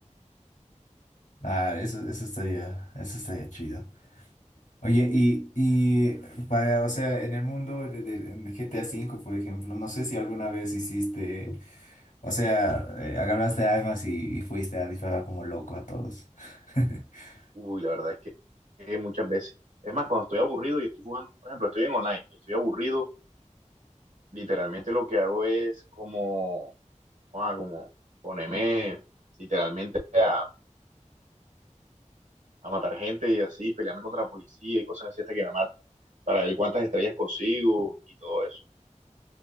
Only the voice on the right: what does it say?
Uy, la verdad es que, que muchas veces. Es más, cuando estoy aburrido y estoy jugando, por ejemplo, estoy en online y estoy aburrido, literalmente lo que hago es como, ah, como ponerme literalmente a, a matar gente y así, pelearme contra la policía y cosas así hasta que me maten, para ver cuántas estrellas consigo y todo eso.